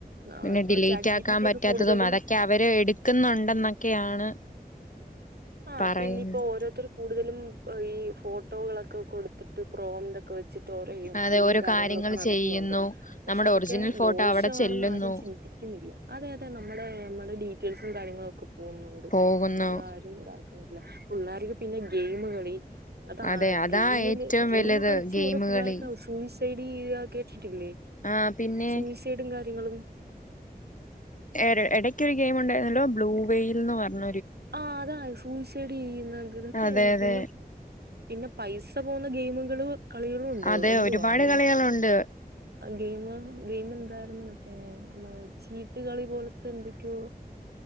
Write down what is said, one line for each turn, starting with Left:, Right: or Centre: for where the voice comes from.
Right: ആ
Left: പിന്നെ
Right: ഇപ്പൊ
Left: ഡിലീറ്റ്
Right: ചാറ്റ് ജി
Left: ആക്കാൻ
Right: പി ടി
Left: പറ്റാത്തതും
Right: ഒക്കെ കൂടുതലും
Left: അതൊക്കെ അവര് എടുക്കുന്നുണ്ടെന്നൊക്കെയാണ്
Right: ആ
Left: പറയുന്നത്
Right: പിന്നെ ഇപ്പോ ഓരോരുത്തർ കൂടുതലും ഈ ഫോട്ടോകളൊക്കെ കൊടുത്തിട്ട് പ്രോമ്റ്റൊക്കെ വെച്ചിട്ട് റ്റോരൊ എഡിറ്റിങ്ങും
Left: അതെ ഓരോ
Right: കാര്യങ്ങളൊക്കെ
Left: കാര്യങ്ങൾ
Right: നടത്തുന്നുണ്ട്.
Left: ചെയ്യുന്നു
Right: പക്ഷെ
Left: നമ്മുടെ
Right: അതൊക്കെ
Left: ഒറിജിനൽ ഫോട്ടോ
Right: ദോഷമാണെന്ന്
Left: അവിടെ ചെല്ലുന്നു
Right: ആരും ചിന്തിക്ക ന്നില്ല. അതെ അതെ നമ്മ നമ്മുടെ ഡീറ്റെൽസും കാര്യങ്ങളും ഒക്കെ പോകുന്നുണ്ട്
Left: പോകുന്നു
Right: അതാർക്ക പിള്ളേർക്ക് പിന്നെ ഗെയിമ കളി അതാ
Left: അതെ അതാ
Right: ഗെയിമില്
Left: ഏറ്റവും
Right: ഗെയിം
Left: വലുത്
Right: കളിച്ച്
Left: ഗെയിമ്
Right: ഓരോ പിള്ളേർക്ക
Left: കളി
Right: സൂയിസൈഡ് ചെയ കേട്ടിട്ടില്ലേ
Left: ആഹ് പിന്നെ
Right: സൂയിസൈഡും കാര്യങ്ങളും
Left: എ ഇടയ്ക്കൊ ഒരു ഗെയിം ഉണ്ടായിരുന്നല്ലോ ബ്ലൂവെയിൽ എന്ന് പറഞ്ഞ
Right: ആഹ അതാ സൂയിസൈഡ് ചെയ്യുന്ന ഇതൊക്കെ
Left: അതെ അതെ
Right: പിന്നെ പിന്നെ പൈസ പോകുന്ന ഗെയിമുകള് കളികളും ഉണ്ട്
Left: അതെ
Right: എന്തുവാന്ന്
Left: ഒരുപാട് കളികളുണ്ട്
Right: ഗെയിമ ഗെയിമ എന്താ- മറ്റേ നമ്മ ചീട്ടുകളളി പോലത്തെ എന്തൊക്കെയോ